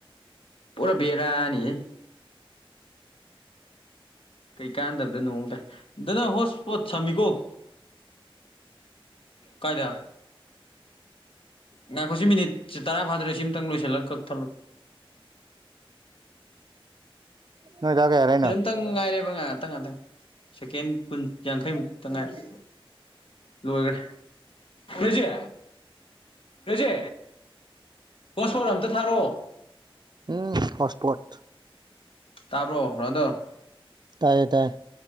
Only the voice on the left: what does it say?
ꯄꯨꯔꯥ ꯕꯦꯔꯥꯅꯤꯍ ꯀꯩꯀꯥꯟꯗꯕꯗ ꯅꯣꯡꯗ ꯗꯅꯪ ꯍꯣꯁ ꯄꯣꯠ ꯁꯝꯃꯤꯀꯣ ꯀꯥꯏꯗ ꯉꯥꯏꯈꯣ ꯁꯤ ꯃꯤꯅꯤꯠ ꯁꯤ ꯇꯔꯥ ꯐꯥꯗꯣꯔꯦ ꯁꯤꯝꯇꯪ ꯂꯣꯏꯁꯤꯜꯂꯒ ꯀꯛꯊꯠꯂꯣ
ꯈꯤꯇꯪ ꯉꯥꯏꯔꯦꯕ ꯉꯥꯍꯥꯇꯪ ꯉꯥꯍꯥꯇꯪ ꯁꯦꯀꯦꯟ ꯀꯨꯟ ꯌꯥꯡꯈꯩꯃꯨꯛꯇ ꯉꯥꯏꯔꯦ ꯂꯣꯏꯒꯔꯦ ꯔꯦꯖꯦ ꯔꯦꯖꯦ ꯍꯣꯁꯄꯣꯠ ꯑꯝꯇ ꯊꯥꯔꯛꯑꯣ
ꯇꯥꯕ꯭ꯔꯣ ꯔꯣꯅꯥꯟꯗꯣ